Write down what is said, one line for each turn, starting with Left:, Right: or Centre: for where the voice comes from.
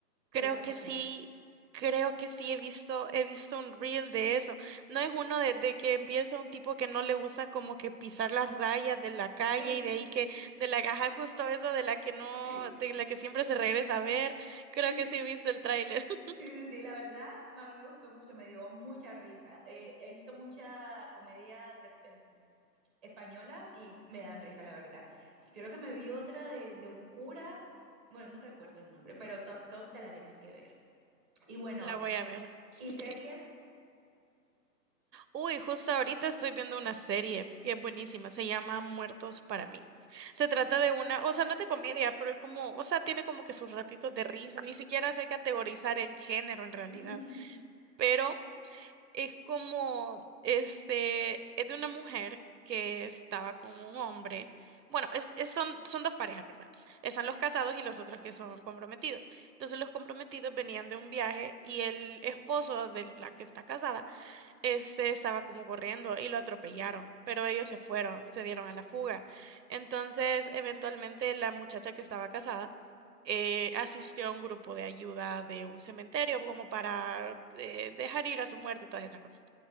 Right: Creo
Centre: te la recomiendo.
Right: que sí, creo que sí he visto, he visto un reel de eso. No es uno de, de que empieza un tipo que no le gusta como que pisar las rayas de la calle
Centre: Sí,
Right: y de ahí que, de la caja <laughs> justo eso de la que no,
Centre: sí,
Right: de la que siempre se regresa a ver. Creo
Centre: sí,
Right: que
Centre: sí.
Right: sí he visto el tráiler. <laughs>
Centre: Sí, sí, sí, la verdad, a mí me gustó mucho, me dio mucha risa. Eh, he visto mucha comedia de- en española y me dan risa, la verdad. Creo que me vi otra de, de un cura, bueno, no recuerdo el nombre, pero Toc Toc te la tienes que ver. Y bueno,
Right: La voy a ver.
Centre: y
Right: <laughs>
Centre: series.
Right: Uy, justo ahorita estoy viendo una serie que es buenísima, se llama Muertos para mí. Se trata
Centre: Bueno.
Right: de una, o sea, no es de comedia, pero es como, o sea, tiene como que sus ratitos de risa, ni siquiera sé categorizar el género en realidad.
Centre: <laughs>
Right: pero es como, este, es de una mujer que estaba con un hombre. Bueno, es- es- son, son dos parejas, ¿verdad? Están los casados y los otros que son comprometidos. Entonces los comprometidos venían de un viaje y el esposo de la que está casada este estaba como corriendo y lo atropellaron, pero ellos se fueron, se dieron a la fuga. Entonces, eventualmente la muchacha que estaba casada eh, asistió a un grupo de ayuda de un cementerio como para eh, dejar ir a su muerto y todas esas cosas.